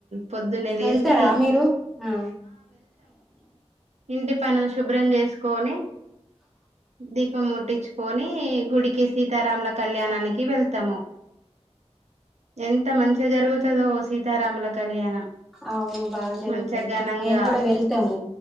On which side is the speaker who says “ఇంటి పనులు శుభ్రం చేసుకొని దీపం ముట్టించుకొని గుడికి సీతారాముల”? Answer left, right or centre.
Right